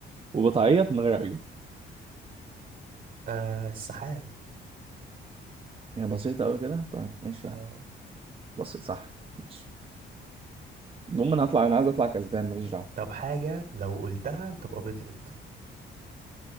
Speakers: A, on the right; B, on the right.
A: وبتعيط من غير عيون
B: آه السحاب
A: هي بسيطه قوي كده طيب ماشي
B: آه
A: يا عم بسيط صح ماشي المهم انا هطلع انا عايز اطلع كسبان ماليش دعوه
B: طب حاجة لو قلتها تبقى بطلت